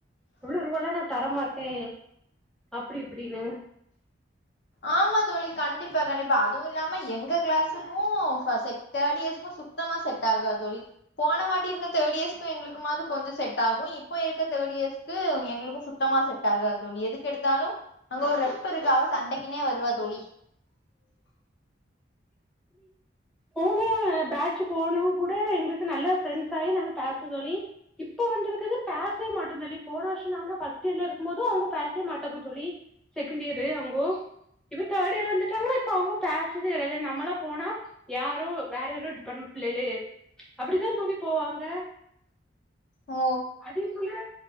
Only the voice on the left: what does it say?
ஆமாத்தோழி கண்டிப்பா கண்டிப்பா அதுவு இல்லாம எங்க கிளாஸுக்கு ஃபஸ் செக் தேட் இயர்ஸ்க்கு சுத் த்தமா செட்டாகாத்தோழி போன வாட்டி இருந்த தேட் இயர்ஸ்க்கு எங்ளுக்கு மாது கொஞ்ச செட் ஆகு இப்ப இருக்க தேட் இயர்ஸ் க்கு எங்களுக்கு சுத்தமா செட் ஆகாத்தோழி எதுக்கெடுத்தாலு அங்க ஒரு ரெப் இருக்கா அவ சண்டைக் குனே வருவா தோழி
ஓ